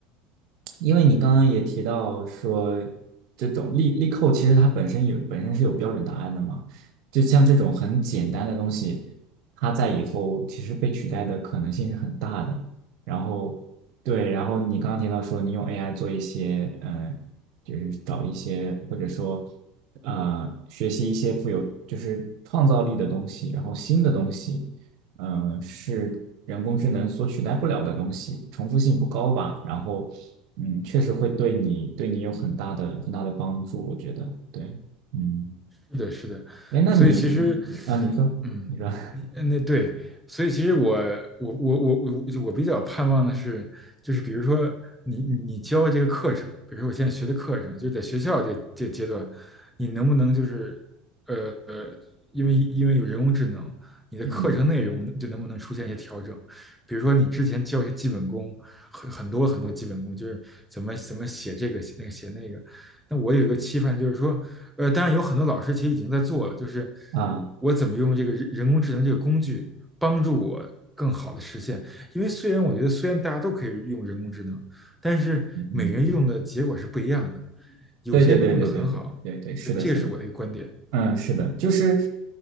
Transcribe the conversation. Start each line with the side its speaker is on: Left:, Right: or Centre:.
Right: 因为你刚刚也提到说，这种力力扣其实它本身有本身是有标准答案的嘛，就像这种很简单的东西，它在以后其实被取代的可能性是很大的。然后对，然后你刚刚提到说你用 AI 做一些，呃，就是找一些或者说呃学习一些富有就是创造力的东西，然后新的东西。嗯、是人工智能所取代不了的东西，重复性不高吧。然后，嗯，确实会对你对你有很大的很大的帮助，我觉得。对，嗯，
Centre: 是的，是的，
Right: 哎，那你你啊，
Centre: 所以其实，
Right: 你说，
Centre: 嗯，
Right: 你说，
Centre: 你那对，所以其实我我我我我我比较盼望的是，就是比如说你你你教这个课程，比如说我现在学的课程，就在学校这这阶段，你能不能就是呃呃，因为因为有人工智能，你的课程内容就能不能出现一些调整？
Right: <laughs> 嗯
Centre: 比如说你之前教一些基本功，很很多很多基本功，就是怎么怎么写这个写那个写那个，那我有一个期盼，就是说，呃，当然有很多老师其实已经在做了，就是
Right: 啊，
Centre: 我怎么用这个人人工智能这个工具帮助我更好的实现。因为虽然我觉得虽然大家都可以用人工智能，但是每个人用的结果是不一样的，
Right: 嗯，
Centre: 有些人就用的很好。
Right: 对对对对对对对对对，是的，
Centre: 对，这个是我的一个观点。
Right: 是的，嗯，是的，就是，